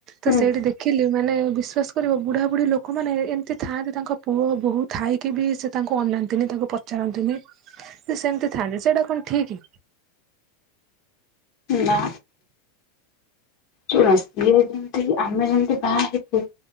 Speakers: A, on the right; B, on the left.
A: ତ
B: ହୁଁ
A: ସେଇଠି ଦେଖିଲି। ମାନେ ବିଶ୍ୱାସ କରିବ ବୁଢ଼ାବୁଢ଼ୀ ଲୋକମାନେ ଏମିତି ଥାଆନ୍ତି ତାଙ୍କ ପୁଅ ବୋହୁ ଥାଇକି ବି ସେ ତାଙ୍କୁ ଅନାନ୍ତିନି ତାଙ୍କୁ ପଚାରନ୍ତିନି ସେ ସେମିତି ଥାଆନ୍ତି ସେଇଟା କଣ ଠିକ୍?
B: ନା। ଶୁଣ ସିଏ ଯେମତି ଆମେ ଯେମିତି ବାହା ହେଲୁ